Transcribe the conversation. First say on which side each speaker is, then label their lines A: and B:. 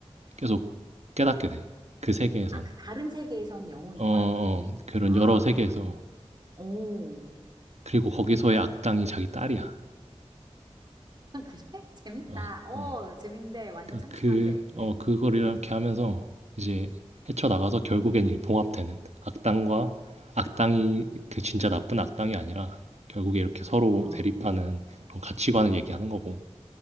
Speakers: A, on the right; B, on the right.
A: 계속 깨닫게 돼. 그 세계에선.
B: 아, 그 다른 세계에서는 영웅인
A: 어, 어,
B: 거야? 그분이?
A: 그런
B: 아,
A: 여러 세계에서.
B: 그래. 오,
A: 그리고 거기서의 악당이 자기 딸이야.
B: <laughs> 그래? 재밌다.
A: 어,
B: 어,
A: 어.
B: 재밌는데, 완전
A: 그,
B: 참신한데,
A: 그,
B: 그래.
A: 어, 그걸 이렇게
B: 어,
A: 하면서 이제 헤쳐나가서 결국엔 이 봉합되는 악당과 악당이 그 진짜 나쁜 악당이 아니라 결국에 이렇게 서로
B: 어,
A: 대립하는 그런 가치관을 얘기하는 거고.